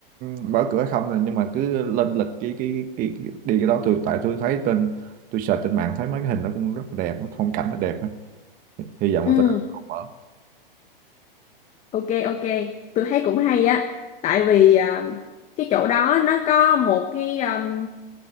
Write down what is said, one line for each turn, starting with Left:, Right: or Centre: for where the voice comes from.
Right: ờ, mở cửa hay không rồi, nhưng mà cứ lên lịch cái cái cái, cái đi cái đó tôi tại tôi thấy trên tôi search trên mạng thấy mấy cái hình nó cũng rất là đẹp, cái phong cảnh nó đẹp á. Hy vọng
Left: ừ
Right: là tới đó nó mở.
Left: ok ok tôi thấy cũng hay á tại vì à, cái chỗ đó nó có một cái um,